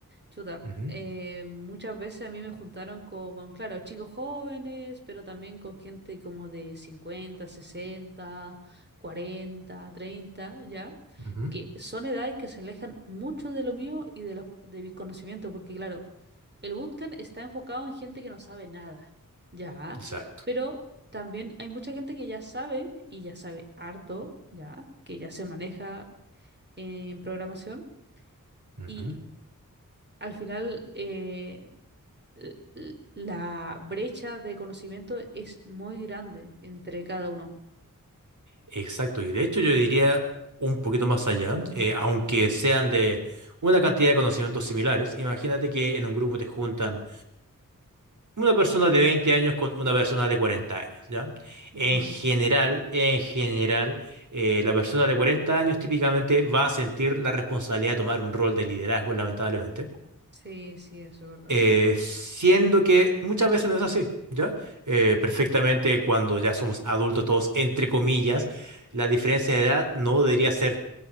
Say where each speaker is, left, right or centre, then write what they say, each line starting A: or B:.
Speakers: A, on the right; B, on the right.
A: chuta,
B: ujú,
A: eh, muchas veces a mí me juntaron con, claro, chicos jóvenes, pero también con gente como de 50, 60, 40, 30, ¿ya?
B: ujú,
A: Que son edades que se alejan mucho de lo mío y de los, de mis conocimientos, porque claro, el bootcamp está enfocado en gente que no sabe nada, ¿ya?
B: Exacto.
A: Pero también hay mucha gente que ya sabe y ya sabe harto, ¿ya? Que ya se maneja en programación
B: ujú.
A: y al final eh, l- l- la brecha de conocimiento es muy grande entre cada uno.
B: Exacto, y de hecho yo diría un poquito más allá, eh, aunque
A: Ujú.
B: sean de una cantidad de conocimientos similares, imagínate que en un grupo te juntan una persona de 20 años con una persona de 40 años, ¿ya?
A: Mm,
B: En general, en general, eh, la persona de 40 años típicamente va a sentir la responsabilidad de tomar un rol de liderazgo, lamentablemente,
A: sí, sí, eso es verdad.
B: eh, siendo que muchas veces no es así, ¿ya? Eh, perfectamente cuando ya somos adultos todos, entre comillas, la diferencia de edad no debería ser